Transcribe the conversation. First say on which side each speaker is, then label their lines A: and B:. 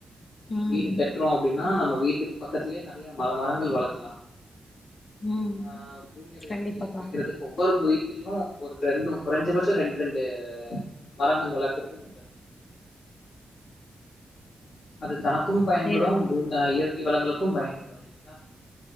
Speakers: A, on the left; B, on the left.
A: ம்
B: வீடு கட்டுறோ அப்டின்னா நமக் வீட்டுக்கு பக்கத்துலேயே நெறையா பல மரங்கள் வளக்கலா
A: ம்
B: ஆ பூமியோடைய வெப்பநிலையை
A: கண்டிப்பாப்பா
B: கொறைக்கிறதுக்கு ஒவ்வொரு வீட்டிலயும் ஒரு ரெண்டும் குறஞ்சபட்சம் ரெண்டு ரெண்டு மரங்கள் வளர்க்குறது நல்லது அது தனக்கும் பயன்படும்
A: அதேதான்ப்பா
B: பூ அ இயற் க்கை வளங்களுக்கும் பயன்படும் இல்லைங்ளா